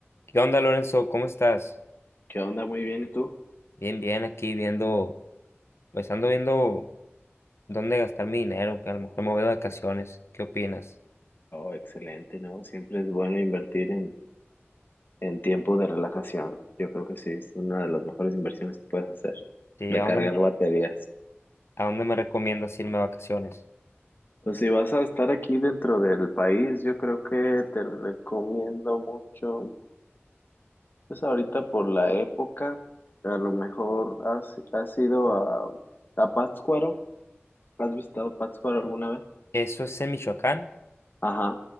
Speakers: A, on the left (about 70°); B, on the left (about 45°).
A: ¿Qué onda, Lorenzo? ¿Cómo estás?
B: ¿Qué onda? Muy bien, ¿y tú?
A: Bien, bien, aquí viendo, pues ando viendo dónde gastar mi dinero, que a lo mejor me voy de vacaciones. ¿Qué opinas?
B: Oh, excelente, ¿no? Siempre es bueno invertir en, en tiempo de relajación. Yo creo que sí, es una de las mejores inversiones que puedes hacer.
A: Sí,
B: Recargar
A: ¿a dónde,
B: baterías.
A: a dónde me recomiendas irme a vacaciones?
B: Pues si vas a estar aquí dentro del país, yo creo que te recomiendo mucho. Pues ahorita por la época, a lo mejor has, has ido a, a Pátzcuaro. ¿Has visitado Pátzcuaro alguna vez?
A: ¿Eso es en Michoacán?
B: Ajá,